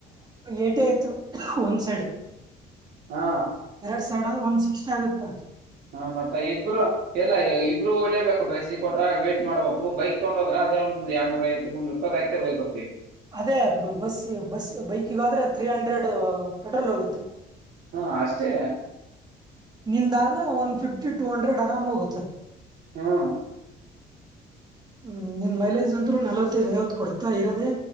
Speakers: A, on the right (about 25°); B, on the right (about 65°).
A: ಏಟೆ ಆಯ್ತು ಒಂದ್ ಸೈಡ್
B: ಹಾ
A: ಎರಡ್ ಸೈಡ್ ಆದ್ರ ಒನ್ ಸಿಕ್ಸ್ಟಿ ಆಗುತ್ತಾ
B: ಹಾ ಮತ್ತ ಇಬ್ಬರು ಎಲ್ಲಾ ಇಬ್ರು ಒಳ್ಳೇಬೇಕ ಬಸಿ ಕೊಟ್ರ ವೇಟ್ ಮಾಡಬೇಕು ಬೈಕ್ ತಗೊಂಡ ಹೋದ್ರ ಒಂದ್ ಎಡ್ನೂರ ಐವತ್ ಮೂರುೂಪದ ಹ ಆಗ್ತಿರ್್ ಬರ್ತವಿ,
A: ಅದೇ ಬಸ್ ಬಸ್ ಬೈಕಗಾದ್ರೆ ತ್ರೀ ಹಂಡ್ರೆಡ್ ಪೆಟ್ರೋಲ್ ಹೋಗುತ್ತೆ
B: ಹಾ ಅಷ್ಟೇ
A: ನಿಂದಾದ್ರೆ ಒನ್ ಫಿಫ್ಟಿ ಟೂ ಹಂಡ್ರೆಡ್ ಆರಾಮ್ ಹೋಗುತ್ತೆ.
B: ಹಾ
A: ಹ್ಮ ನಿನ್ ಮೈಲೇಜ್ ಅಂತರೂ ನಲವತ್ತೈದು ಐವತ್ತು ಕೊಡತಾ ಇರದೆೇ